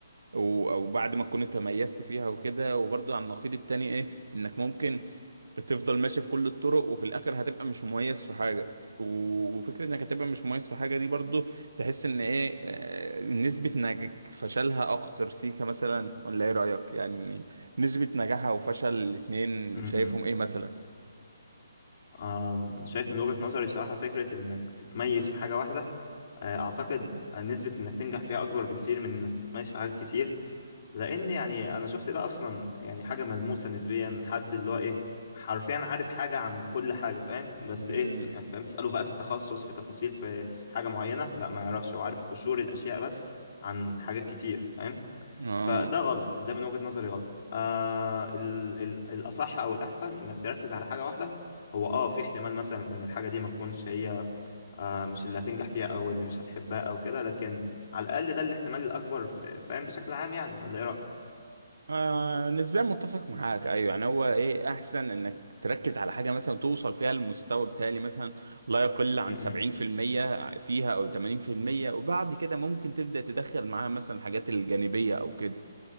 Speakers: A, on the right; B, on the left.
A: و- أو بعد ما تكون أنت ميزت فيها وكده وبرضو على النقيض التاني إيه إنك ممكن تفضل ماشي في كل الطرق وفي الاخر هتبقى مش مميز في حاجه و- وفكره انك هتبقى مش مميز في حاجه دي برضو تحس ان ايه آه، نسبه نج فشلها اكتر سيكا مثلا ولا ايه رايك يعني نسبه نجاحها وفشل الاتنين
B: م- م.
A: شايفهم ايه مثلا
B: آم، شايف من وجهة نظري بصراحة فكرة إنك تتميز في حاجة واحدة آه، أعتقد نسبة إنك تنجح فيها أكبر بكتير من إنك تتميز في حاجات كتير لأن يعني أنا شفت ده أصلا يعني حاجة ملموسة نسبيا حد اللي هو إيه حرفيا عارف حاجة عن كل حاجة فاهم بس
A: مم.
B: إيه يعني فاهم تسأله بقى في التخصص في تفاصيل في حاجة معينة لا ما يعرفش هو عارف قشور الأشياء بس عن حاجات كتير فاهم
A: اه
B: فده غلط ده من وجهة نظري غلط آه ال ال الأصح أو الأحسن إنك تركز على حاجة واحدة هو اه في احتمال مثلا ان الحاجة دي ما تكونش هي آه مش اللي هتنجح فيها او اللي مش هتحبها او كده لكن على الأقل ده الاحتمال الأكبر في- فاهم بشكل عام يعني ولا ايه رأيك؟
A: آه نسبيا متفق معاك ايوه يعني هو ايه احسن انك تركز على حاجه مثلا توصل فيها المستوى بتاعي مثلا لا يقل
B: م-
A: عن
B: م.
A: 70% فيها او 80% وبعد كده ممكن تبدا تدخل معاها مثلا الحاجات الجانبيه او كده